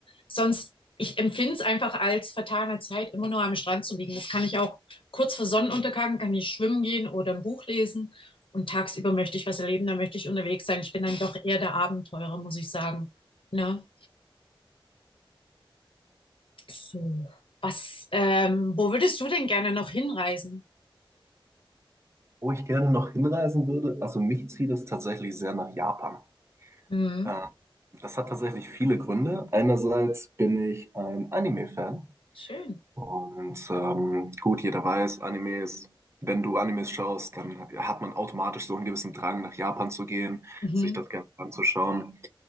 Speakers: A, on the left; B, on the right.
A: Sonst, ich empfinde es einfach als vertane Zeit, immer nur am Strand zu liegen. Das kann ich auch kurz vor Sonnenuntergang, kann ich schwimmen gehen oder ein Buch lesen. Und tagsüber möchte ich was erleben, da möchte ich unterwegs sein. Ich bin dann doch eher der Abenteurer, muss ich sagen. Ne? So, was, ähm, wo würdest du denn gerne noch hinreisen?
B: Wo ich gerne noch hinreisen würde, also mich zieht es tatsächlich sehr nach Japan.
A: Mhm.
B: Äh, Das hat tatsächlich viele Gründe. Einerseits bin ich ein Anime-Fan
A: Schön.
B: und ähm, gut, jeder weiß, Animes, wenn du Animes schaust, dann hat man automatisch so einen gewissen Drang, nach Japan zu gehen,
A: Mhm.
B: sich das Ganze anzuschauen.